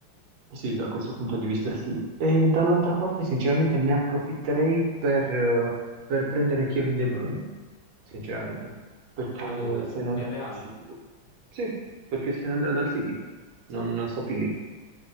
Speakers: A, on the right; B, on the left.
A: Sì, da questo punto di vista sì. E dall'altra parte, sinceramente, ne approfitterei per, eh, per prendere Kevin De Bruyne, sinceramente, perché
B: Ma dove?
A: se ne
B: Nel
A: andrà
B: Real?
A: dal City. Sì, perché se ne andrà dal City, non, non sto più lì,